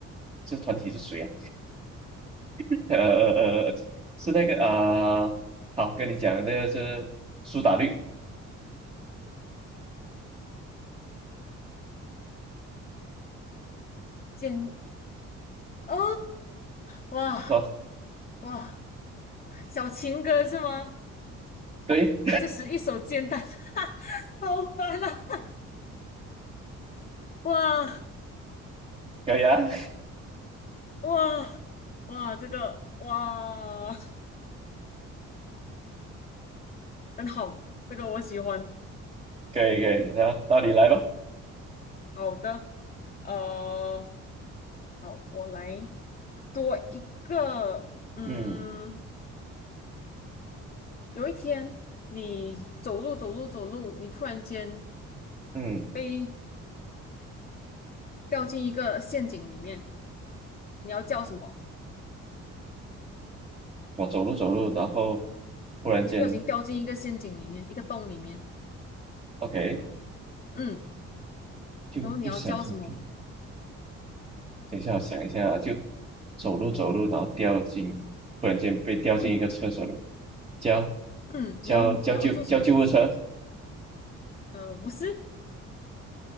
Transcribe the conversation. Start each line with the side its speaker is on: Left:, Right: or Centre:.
Right: 这团体是谁啊？<laughs> 呃呃呃，是那个啊、好，跟你讲，这个是苏打绿
Left: 简哦，哇
Right: 哦，
Left: 哇，小情歌是吗？
Right: 对，
Left: 这是一首简单，<laughs> 好烦啊！哇
Right: 可以啊，
Left: 哇哇，这个哇 <laughs> 很好，这个我喜欢。
Right: 可以可以，那到你来吧。
Left: 好的。呃，好，我来多一个。嗯，
Right: 嗯
Left: 有一天你走路走路走路，你突然间
Right: 嗯，
Left: 被掉进一个陷阱里面，你要叫什么？
Right: 我走路走路，然后忽然间
Left: 你不小心掉进一个陷阱里面，一个洞里面。
Right: ，OK，
Left: 嗯，
Right: 就不小心，
Left: 然后你要叫什么？
Right: 等一下我想一下啊，就走路走路，然后掉进，忽然间被掉进一个厕所里，
Left: 嗯
Right: 叫
Left: 嗯，
Right: 叫叫救叫救护车，
Left: 你要你要做什么？呃，不是，